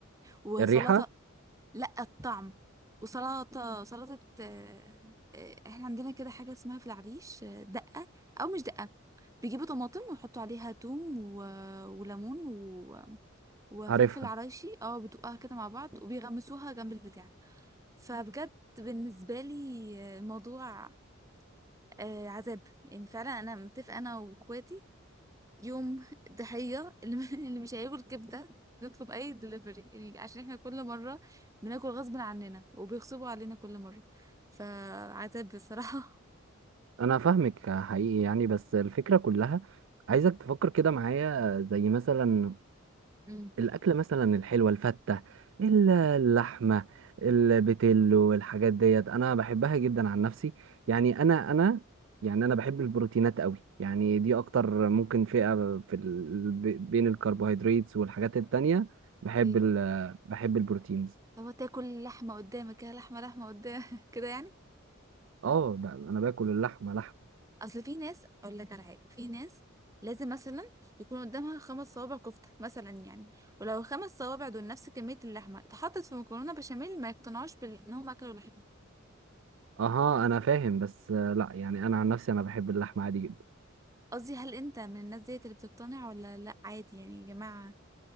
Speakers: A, on the right; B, on the right.
A: وسلطه
B: الريحة
A: لا الطعم وسلطة سلطة آه، آه، احنا عندنا كده حاجة اسمها في العريش آه، دقة أو مش دقة بيجيبوا طماطم ويحطوا عليها توم و... وليمون و... وفلفل
B: عارفها
A: عرايشي اه بتوقها كده مع بعض وبيغمسوها جنب البتاع فبجد بالنسبة لي آه، الموضوع آه، عذاب يعني فعلا أنا متفقة أنا وأخواتي يوم ضحية اللي <laughs> اللي مش هياكل كبدة نطلب أي دليفري يعني عشان احنا كل مرة بناكل غصب عننا وبيغصبوا علينا كل مرة فعتاب بصراحة
B: انا فاهمك حقيقي يعني بس الفكره كلها عايزك تفكر كده معايا زي مثلا
A: امم
B: الاكل مثلا الحلوه الفته ال- اللحمه البتلو والحاجات ديت انا بحبها جدا عن نفسي يعني انا انا يعني انا بحب البروتينات قوي يعني دي اكتر ممكن فئه في ال... ب- بين الكربوهيدرات والحاجات التانية بحب
A: اوكي
B: ال... بحب البروتينز
A: هو تاكل لحمة قدامك كده لحمة لحمة قدام <laughs> كده يعني
B: اه ب- انا باكل اللحمه لحمه
A: أصل في ناس أقول لك على حاجة في ناس لازم مثلا يكون قدامها خمس صوابع كفتة مثلا يعني ولو الخمس صوابع دول نفس كمية اللحمة اتحطت في مكرونة بشاميل ما يقتنعوش بإن هم أكلوا لحمة
B: اها انا فاهم بس آه، لا يعني انا عن نفسي انا بحب اللحمه عادي جدا
A: قصدي هل انت من الناس ديت اللي بتقتنع ولا لا عادي يعني يا جماعة